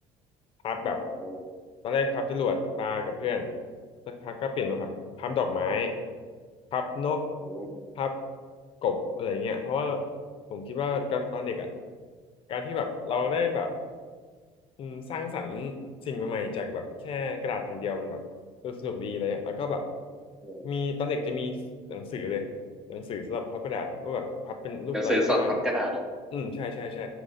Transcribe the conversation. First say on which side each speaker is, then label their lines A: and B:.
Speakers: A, on the left; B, in the centre.
A: พับแบบ
B: อืม
A: ตอนแรกพับจรวดปลากับเพื่อนสักพักก็เปลี่ยนมาพับพับดอกไม้พับนก
B: อืม
A: พับกบอะไรเงี้ยเพราะว่าผมคิดว่าการตอนเด็กอ่ะการที่แบบเราได้แบบอืมสร้างสรรค์สิ่งใหม่ๆจากแบบแค่กระดาษแผ่นเดียวมันแบบดูสนุกดีอะไรเงี้ยอะแล้วก็แบบ
B: อืม
A: มีตอนเด็กจะมีหนังสือเลยหนังสือสำหรับพับกระดาษว่าแบบพับเป็นรูปอะไรได้บ้าง
B: หนังสือสอนพับกระดาษเหรอ
A: อืมใช่ใช่ใช่